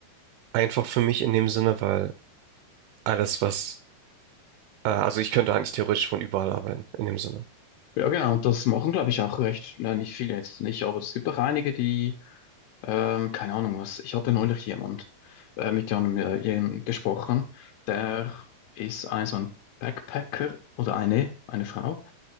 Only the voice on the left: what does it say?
Ja, genau, und das machen, glaube ich, auch recht, nein, nicht viele jetzt nicht, aber es gibt auch einige, die Ähm, keine Ahnung was. Ich hatte neulich jemand, äh, mit jemandem äh, jem- gesprochen, der ist ein so ein Backpacker oder eine, eine Frau